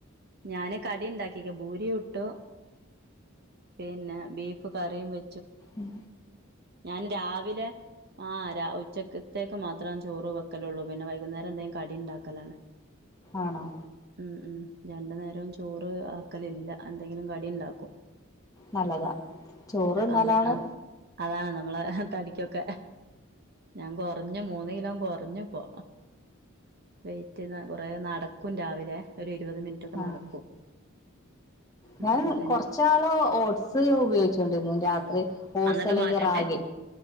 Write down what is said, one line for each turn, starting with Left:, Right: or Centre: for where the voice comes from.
Right: ഞാന് കടി ഇണ്ടാക്കിക്കാ പൂരി ചുട്ടൂ. പിന്നെ ബീഫ് കറിയും വെ
Left: ഉം.
Right: ഞാന് രാവിലെ ആ ആ രാ ഉച്ചക്കത്തേക്ക് മാത്രം ചോറ് വെക്കലൊള്ളൂ പിന്നെ വൈകുന്നേരം എന്തേം കടി ഇണ്ടാക്കലാണ്.
Left: ആണോ
Right: ഉം ഉം. രണ്ടു നേരം ചോറ് ആക്കലില്ല എന്തെങ്കിലും കടി ഇണ്ടാക്കും.
Left: നല്ലതാ ചോറ്ന്നാലാണ്
Right: അതെ ആ അതാണ് നമ്മളെ തടിക്കൊക്കെ ഞാൻ കുറഞ്ഞു മൂന്ന് കിലോ ഞാൻ കുറഞ്ഞിപോ വെറ്റ് കൊറേ നടക്കും രാവിലെ ഒരു ഇരുപത് മിനിറ്റൊക്കെ
Left: ആഹ്
Right: നടക്കും
Left: ഞാൻ
Right: അപ്പൊ പിന്നെ
Left: കൊറച്ചാള് ഓട്സ് ഉപയോഗിച്ചോണ്ടിന്ന് രാ ത്രി ഓട്സ്
Right: അന്നിട്ട്
Left: അല്ലെങ്കിൽ
Right: മാറ്റണ്ടേ
Left: റാഗി